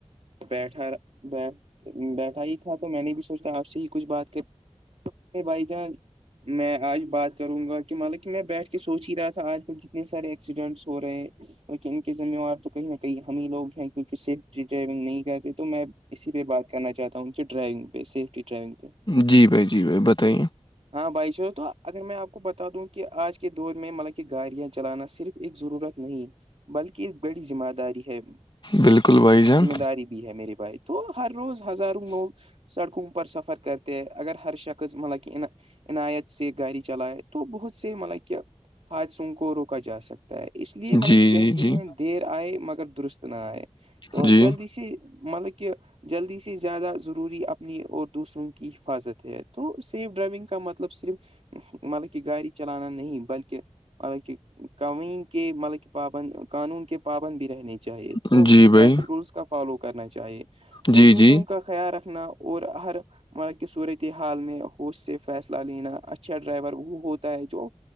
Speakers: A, on the right; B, on the left.
A: بیٹھا بیٹھ بیٹھا ہی تھا تو میں نے بھی سوچا آپ سے ہی کچھ بات کر بھائی جان میں آج بات کروں گا کہ ملک میں بیٹھ کے سوچ ہی رہا تھا آج کل کتنے سارے ایکسیڈینٹس ہو رہے لن انن کے ذمےار تو کہیں نہیں کئی ہم ہی لوگ ہیں کیونکہ سیفٹی ڈرائیونگ نہیں کرتے تو میں اسی پہ بات کرنا چاہتا ہوں کہ ڈرائیونگ سیفٹی ڈرائیونگ پہ
B: جی بھائی جی بھائی بتائیے
A: ہاں بھائی چو تو اگر میں آپ کو بتا دوں کہ آج کے دور میں مطلب کہ گاڑیاں چلانا صرف ایک ضرورت نہیں بلکہ ایک بڑی ذمہ داری ہے
B: بالکل بھائی جان
A: ذمہ داری بھی ہے میرے بھائی تو ہر روز ہزاروں لوگ سڑکوں پر سفر کرتے ہیں اگر ہر شخص مطلب کہ عنایت سے گاڑی چلائے تو بہت سے مطلب کہ حاتادثوں کو روکا جا سکتا اس لیے مطلب
B: جی
A: کہتے
B: جی
A: ہیں دیر آئے مگر درست نہ آئے تو
B: جی
A: جلدی سے مطلب کہ جلدی سے زیادہ ضروری اپنی اور دوسروں کی حفاظت ہے تو سیف ڈرائیونگ کا مطلب صرف مطلب کہ گاڑی چلانا نہیں بلکہ مطلب کہ کہیں کے مطلب کہ پابند قانون کے پابند بھی رہنے چاہیے
B: جی
A: تو
B: جی
A: ٹریفک
B: بھائی
A: رولس کا فالو کرنا چاہیے تو
B: جی
A: دوسروں
B: جی
A: کا خیال رکھنا اور ہر مارا کہ صورت حال میں ہوش سے فیصلہ لینا اچھا ڈرائیور وہ ہوتا ہے جو